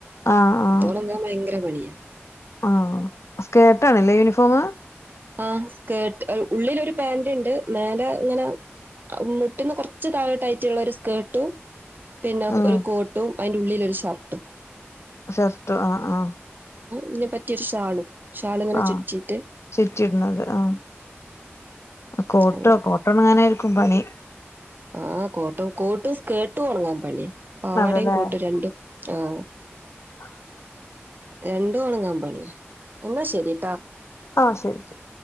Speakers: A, on the left; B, on the right.
A: ആഹ് ആഹ്
B: അതൊണങ്ങാൻ ഭയങ്കര പണിയാ
A: ആഹ്, സ്കേർട്ടാണല്ലേ യൂണിഫോമ്.
B: ആഹ് സ്കേർട്ട്. ഉള്ളിലൊരു പാന്റ്ണ്ട് മേലെ ഇങ്ങനെ ആഹ് മ് മുട്ടിന്ന് കൊർച്ച് താഴോട്ടായിറ്റുള്ളൊരു സ്കേർട്ടും, പിന്നെ
A: ഉം
B: ഒരു കോട്ടും അയിൻ്റെ ഉള്ളിലൊരു ഷർട്ടും.
A: ഷർട്ടോ ആഹ്, ആഹ്
B: ഇതിനെപറ്റിയൊരു ഷാളും, ഷാളിങ്ങനെ
A: ആഹ്
B: ചുറ്റീട്ട്
A: ചുറ്റിയിടുന്നത് ആഹ്, <inaudible> കോട്ടോ
B: അങ്ങനെ
A: കോട്ടോണങ്ങാനായിരിക്കും പണി
B: ആഹ് കോട്ടും, കോട്ടും സ്കേർട്ടും ഒണങ്ങാൻ പണിയ പാവാടയും
A: അതെല്ലേ
B: കോട്ടും രണ്ടും ആഹ്
A: <inaudible>
B: രണ്ടും ഒണങ്ങാൻ പണിയാ, എന്നാ ശെരി
A: ആഹ്, ശെരി ശെരി.